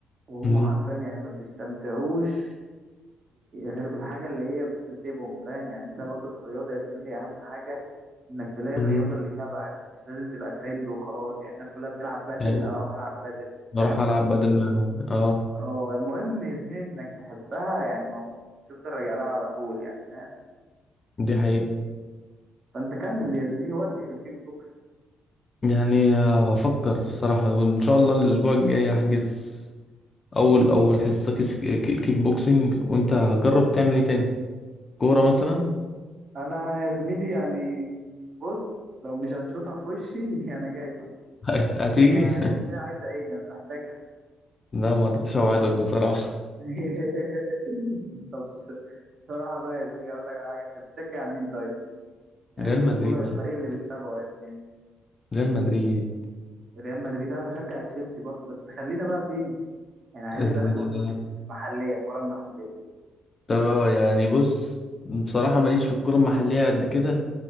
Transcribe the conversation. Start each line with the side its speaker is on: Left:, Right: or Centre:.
Right: وهم
Left: مم.
Right: حرفيا يعني ما بيستمتعوش غير بالحاجة اللي هي بتناسبهم فاهم يعني انت برضه في الرياضة يا زميلي اهم حاجة انك تلاقي
Left: مم.
Right: الرياضة اللي شبهك مش لازم تبقى ترند وخلاص يعني الناس كلها بتلعب بادل
Left: يعني
Right: انا اروح العب بادل
Left: بروح
Right: فاهم
Left: ألعب بدل ما هو اه
Right: اه المهم يا زميلي انك تحبها يعني وتفضل راجع لها على طول يعني فاهم
Left: دي حقيقة
Right: فانت كمل يا زميلي ودي في الكيك بوكس
Left: يعني هفكر الصراحة وإن شاء الله الأسبوع الجاي هحجز أول أول حصة كيس- كي- كيك بوكسينج وأنت هتجرب تعمل إيه تاني؟ كورة مثلا؟
Right: انا يا زميلي يعني بص لو مش هتشوطها في وشي <laughs> انا جاي
Left: <laughs> هت- هتيجي؟
Right: انا يا زميلي عايز عيني انا محتاجها
Left: لا ما أقدرش أوعدك بصراحة
Right: <laughs> طب بص- بصراحة بقى يا زميلي أقول لك على حاجة أنت بتشجع مين طيب؟ يعني
Left: ريال
Right: في
Left: مدريد
Right: الكورة الفريق اللي بتتابعه يا زميلي
Left: ريال
Right: ريال مدريد أنا بشجع تشيلسي برضه بس خلينا بقى فين؟ يعني عايز
Left: مدريد
Right: أسألك برضه في في المحلية الكورة المحلية
Left: اه يعني بص بصراحة ماليش في الكورة المحلية قد كده